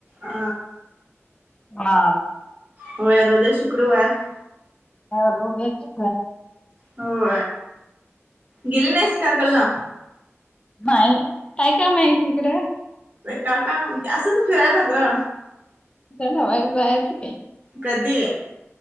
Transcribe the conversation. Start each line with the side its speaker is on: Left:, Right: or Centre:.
Right: आ
Left: हा
Right: होळऊद्या शुक्रवार
Left: ल बित
Right: हो गेली नस कागल ना
Left: मा काय का माहिती इकड
Right: का काय म्हणजे असंच फिरायला ग
Left: जणवाय जायचं का
Right: कधी